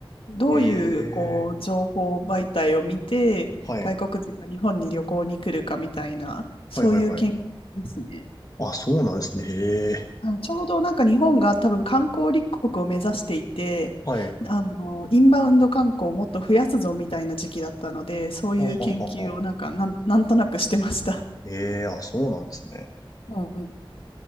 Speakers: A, on the left; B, on the left.
A: どういうこう情報媒体を見て、
B: ええはい。
A: 外国人が日本に旅行に来るかみたいな、そういう研究ですね。
B: はいはいはい。あ、そうなんですね。へえ。
A: はい、ちょうどなんか日本が多分観光立国を目指していて、
B: はい。
A: あのインバウンド観光をもっと増やすぞみたいな時期だったので、そういう研究をなんかなん、
B: はははは。
A: なんとなくしてました。
B: ええ、あ、そうなんですね。
A: は